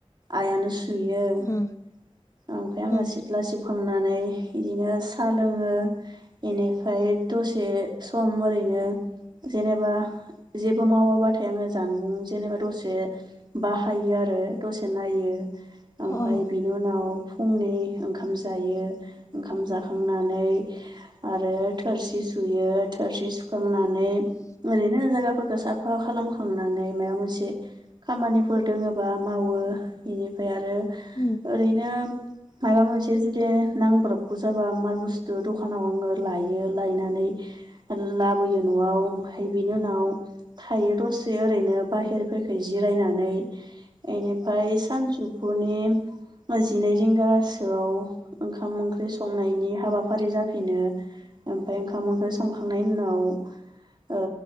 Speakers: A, on the right (about 40°); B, on the left (about 30°).
A: आइयानो सुयो। ओमफ्राय
B: उम
A: आं
B: अ
A: सिथ सिथ्ला सिबखांनानै बिदिनो साहा लोङो इनिफ्राय दसे सम ओरैनो जेनेबा जेबो मावाबाथाय आङो जानबुं जेनेबा दसे बाहायो आरो दसे नायो
B: नोंथाङा
A: ओमफ्राय बिनि उनाव फुंनि ओंखाम जायो ओंखाम जाखांनानै आरो थोरसि सुयो थोरसि सुखांनानै ओरैनो जायगाफोरखौ साफा खालाम खांनानै माबा मोनसे खामानिफोर दोङोबा मावो बेनिफ्राय आरो
B: उम
A: ओरैनो मायबा मोनसे जुदि नांब्रबगौ जाबा माल बुस्थु दखानाव आङो लायो लायनानै लाबोयो न'आव ओमफ्राय बिनि उनाव थायो दसे ओरैनो बाहेरफोरखै जिरायनानै एनिफ्राय सानजौफुनि जिनै रिंगा गोसोआव ओंखाम ओंख्रि संनायनि हाबाफारि जाफिनो ओमफ्राय ओंखाम ओंख्रि सं खांनायनि उनाव ओ